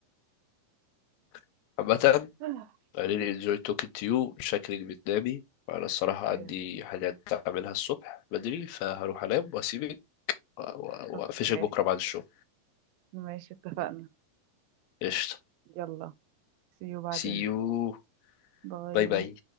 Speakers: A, on the left (about 80°); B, on the right (about 85°).
A: <laughs> عامة
B: <sighs>
A: I really enjoy talking to you شكلك بتنامي أنا الصراحة عندي
B: ايوه
A: حاجات أعملها الصبح بدري فهروح
B: اوكي
A: أنام وأسيبك و- و-
B: اوكي
A: وأقفشك بكرة بعد الشغل
B: ماشي اتفقنا
A: قشطة
B: يلا see you بعدين
A: see you
B: باي
A: باي باي